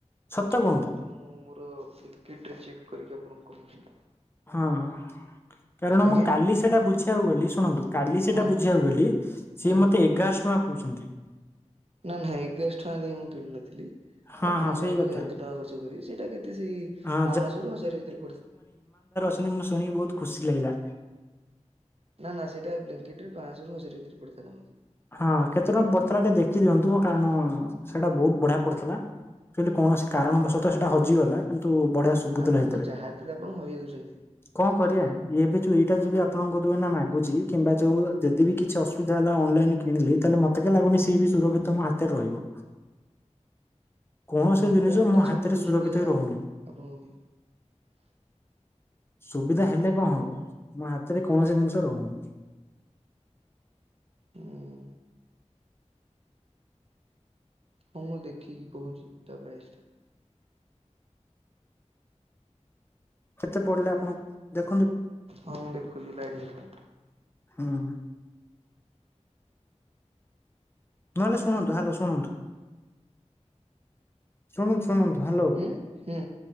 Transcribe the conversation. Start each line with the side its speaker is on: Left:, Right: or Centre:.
Left: ସତ କୁହନ୍ତୁ।
Right: ରୁହନ୍ତୁ ମୁଁ ମୋର ବିଗେଟରେ ଚେକ୍ କରିକି ଆପଣଙ୍କୁ କହୁଛି।
Left: ହଁ, ହଁ କାରଣ
Right: ଆଜ୍ଞା
Left: ମୁଁ କାଲି ସେଟା ବୁଝିବାକୁ ଗଲି ଶୁଣନ୍ତୁ କାଲି ସେଟା
Right: ହଁ
Left: ବୁଝିବାକୁ ଗଲି ସିଏ
Right: ହଁ
Left: ମତେ ଏଗାରଶହ ଟଙ୍କା କହୁଛନ୍ତି।
Right: ନା, ନା ଏଗାରଶହ ଟଙ୍କା ଦେଇ ମୁଁ କିଣିନଥିଲି।
Left: ହଁ
Right: ଆପଣଙ୍କ
Left: ହଁ ସେଇ
Right: ପାଇଁ
Left: କଥା।
Right: ମୁଁ ଏତେ ଟଙ୍କା ଖର୍ଚ୍ଚ କରିବି ସେଇଟା କେତେ ସେଇ
Left: ହଁ
Right: ପାଞ୍ଚଶହ ର ହଜାର ଭିତରେ ପଡି
Left: ଶୁଣି ମୁ ଶୁଣିକି ବହୁତ ଖୁସି ଲାଗିଲା।
Right: ନା, ନା ସେଟା ବ୍ଲିଙ୍କିଟ ରେ ପାଞ୍ଚ ଶହ ରୁ ହଜାରେ ଭିତରେ ପଡିଥିଲା ମତେ।
Left: ହଁ କେତେ ଟଙ୍କା ପଡିଥିଲା ଟିକେ ଦେଖି ଦିଅନ୍ତୁ, କାରଣ ସେଇଟା ବହୁତ ବଢିଆ ପଡିଥିଲା। ଚୁଆଲି କୌଣସି କାରଣବଶତଃ ସେଇଟା ହଜିଗଲା କିନ୍ତୁ ବଢିଆ ସୁବୁଥିଲା
Right: ଆପଣ
Left: ସେତିରେ,
Right: ତ ଯାହା ଦେଲେ ଆପଣ ହରେଇ ଦଉଛନ୍ତି।
Left: କଣ କରିବା ଏବେ ଯୋଉ ଏ ଏଟା ଯଉ ଆପଣଙ୍କ ଟୁ ମାଗୁଛି କିମ୍ବା ଯଦି ବି କିଛି ଅସୁବିଧା ହେଲା ଅନଲାଇନ କିଣିଲି ତାହେଲେ ମତେ କେ ଲାଗୁନି ସିଏ ବି ସୁରକ୍ଷିତ ମମ ହାତରେ ରହିବ। କୌଣସି
Right: ନେକ୍
Left: ଜିନିଷ
Right: ବ୍ୟାଣ୍ଡଟା
Left: ମୋ ହାତରେ
Right: ସବୁଠୁ
Left: ସୁରକ୍ଷିତ
Right: ସୁବିଧା
Left: ହୋଇ
Right: ହବ
Left: ରହୁନି।
Right: ଆପଣଙ୍କ ପାଇଁ।
Left: ସୁବିଧା ହେଲେ କଣ ହବ, ମୋ ହାତରେ କୌଣସି ଜିନିଷ ରହୁନି।
Right: ହୁଁ ହଁ ମୁଁ ଦେଖିକି କହୁଛି ତା ପ୍ରାଇସ ଟା।
Left: କେତେ ପଡିଲେ ଆପଣଙ୍କୁ ଦେଖ
Right: ହଁ, ମୁଁ ଦେଖୁଛି ଲାଇନ ଥା।
Left: ହୁଁ ନହେଲେ ଶୁଣନ୍ତୁ, ହ୍ୟାଲୋ ଶୁଣନ୍ତୁ। ଶୁଣନ୍ତୁ, ଶୁଣନ୍ତୁ ହ୍ୟାଲୋ।
Right: ଉଁ ହୁଁ